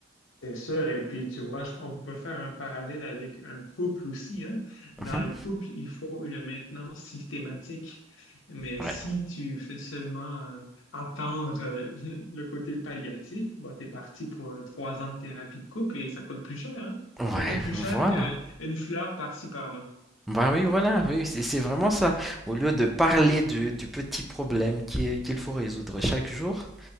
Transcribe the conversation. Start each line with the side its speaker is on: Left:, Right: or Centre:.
Left: C'est sûr, et puis tu vois, je- on peut faire un parallèle avec un couple aussi, hein. Dans
Centre: Mhm.
Left: le couple, il faut une maintenance systématique, mais
Centre: Ouais.
Left: si tu fais seulement euh, attendre euh, le côté palliatif, bon, t'es parti pour euh, trois ans de thérapie de couple et ça coûte plus cher, hein.
Centre: Ouais,
Left: Ça coûte plus
Centre: voilà.
Left: cher qu'une fleur par-ci par-là.
Centre: Bah oui, voilà, oui, c'est c'est vraiment ça. Au lieu de parler du, du petit problème qui est- qu'il faut résoudre chaque jour,